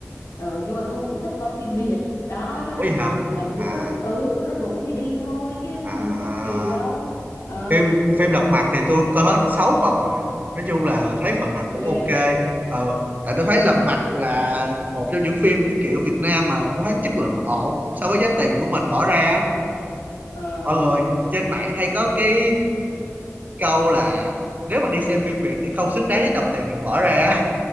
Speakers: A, on the left (about 65°); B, on the right (about 35°).
A: ờ, nhưng mà tôi không thích coi phim Việt đó thế
B: ủa
A: nên
B: gì hả
A: mà
B: à
A: tụi nó ừ tụi nó rủ thì đi thôi chứ
B: à
A: mình thích gì đâu ờ
B: phim phim lật mặt thì tôi coi hết 6 phần rồi nói chung là thấy phần nào cũng
A: ghê
B: ok
A: vậy
B: ờ tại tôi
A: ờ
B: thấy lật mặt là một trong những phim kiểu Việt Nam mà tôi thấy chất lượng ổn so với giá tiền của mình bỏ ra
A: ờ
B: mọi người
A: ok
B: trên mạng hay có cái câu là nếu mà đi xem phim Việt thì không xứng đáng với đồng tiền mình bỏ ra